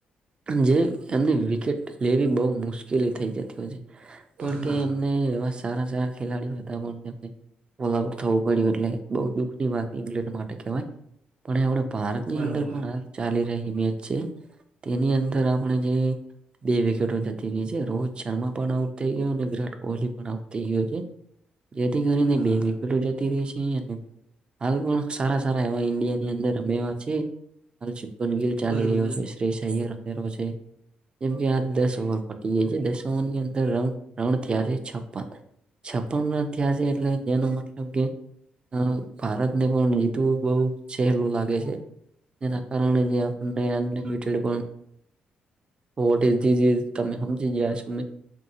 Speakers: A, on the right; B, on the right.
A: જે. એમને વિકેટ લેવી બહુ મુશ્કેલી થઈ જતી હોય છે. પણ
B: હા
A: કે એમને એવા સારા સારા ખેલાડીઓ હતા પણને. ઓલ આઉટ થવું પડ્યું એટલે બહુ દુઃખ ની વાત ઇંગ્લેન્ડ માટે કહેવાય. પણ આપણા ભારતની
B: બરોબર
A: અંદર પણ ચાલી રહી મેચ છે તેની અંદર. મણે જે. બે વિકેટો જતી રહી છે રોહિત શર્મા પણ આઉટ થઈ ગયયો અને વિરાટ કોહલી પણ આઉટ થઈ ગયયો છે. જેથી કરીને
B: હા
A: બે
B: હા
A: વિકેટો. ર છે અને હાલ પણ સારા સારા એવા ઈન્ડિયા ની અંદર રમે્યા છે. હાલનગીલ
B: બરોબર
A: ચાલી રહ્યો છે શ્રી સહી અંધેરો છે. જેમ કે આ દસ ઓવર પટી જાય છે દસ ઓવરની અંદર રાઉન્ થયા છે છપન. છપન ન્યાાસ એટલે જેનો મતલબ કે. અ ભારતને પણ જીતવું બઉ સહેલું લાગે છે. એ અ કારરાજ આપને અનલીિમિટેડ પણ. વટ દીધી તમે સમજી ગયા છો ને.